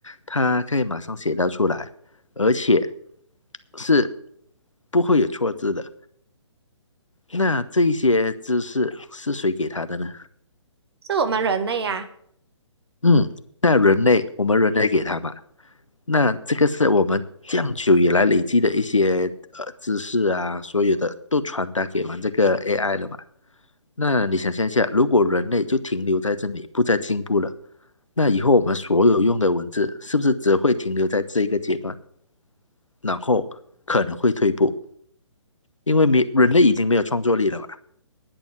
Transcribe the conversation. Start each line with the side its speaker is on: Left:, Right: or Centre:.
Left: 它可以马上写到出来，而且是不会有错字的。那这一些知识是谁给他的呢？
Right: 是我们人类呀、
Left: 嗯，那人类，我们人类给他嘛。那这个是我们这样久以来累积的一些呃知识啊，所有的都传达给完这个 AI 了嘛。那你想象一下，如果人类就停留在这里，不再进步了，那以后我们所有用的文字是不是只会停留在这一个阶段，然后可能会退步，因为没人类已经没有创作力了嘛？